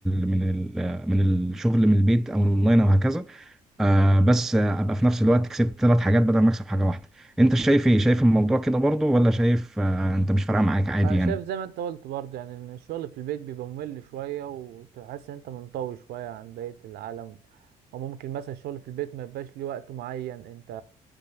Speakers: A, in the centre; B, on the right (about 70°).
A: من ال- من الشغل من البيت او الاونلاين او هكذا آه بس آه، ابقى في نفس الوقت كسبت ثلاث حاجات بدل ما اكسب حاجه واحده انت شايف ايه شايف الموضوع كده برضو ولا شايف آه انت مش فارقه معاك عادي
B: أنا
A: يعني
B: شايف زي ما انت قلت برضه يعني ان الشغل في البيت بيبقى ممل شوية وتحس ان انت منطوي شوية عن بقية العالم وممكن مثلا الشغل في البيت ما يبقاش ليه وقت معين انت